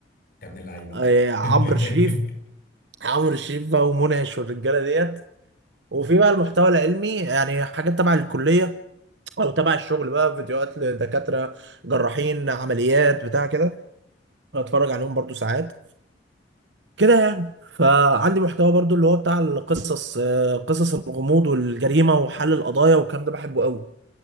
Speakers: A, on the left; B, on the right.
A: يا ابن اللعيبه
B: آه عمرو
A: <laughs>
B: شريف عمرو شريف بقى ومنعش والرجاله ديت وفي بقى المحتوى العلمي يعني حاجات تبع الكلية أو تبع الشغل بقى فيديوهات لدكاترة جراحين عمليات بتاع كده بتفرج عليهم برضو ساعات كده يعني فعندي محتوى برضو اللي هو بتاع القصص آه، قصص الغموض والجريمة وحل القضايا والكلام ده بحبه قوي